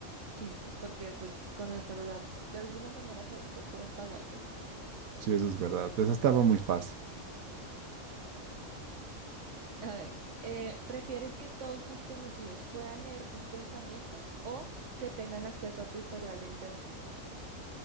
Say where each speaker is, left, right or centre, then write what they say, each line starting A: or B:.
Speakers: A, on the right; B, on the right.
A: Sí, porque pues con el celular de alguna manera se, se pueden pagar cosas.
B: Sí, eso es verdad. Esa estaba muy fácil.
A: A ver, eh, ¿prefieres que todos tus conocidos puedan leer tus pensamientos o que tengan acceso a tu historial de internet?